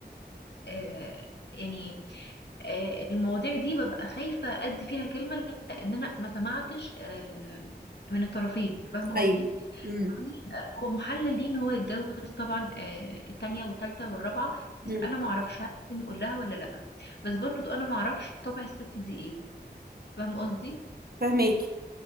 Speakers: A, on the left (about 75°); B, on the right (about 60°).
A: آه، يعني آه، المواضيع دي ببقى خايفة ادي فيها كلمة لان انا ما سمعتش آه، من الطرفين فاهمة
B: ايوه
A: قصدي
B: امم
A: يعني، آه، هو محلل ليه ان هو يتجوز طبعا آه، التانية والتالتة والرابعة بس
B: امم
A: انا ما اعرفش هل لازم يقول لها ولا لا بس برضو انا ما اعرفش طبع الست دي ايه فاهم قصدي
B: فهماكي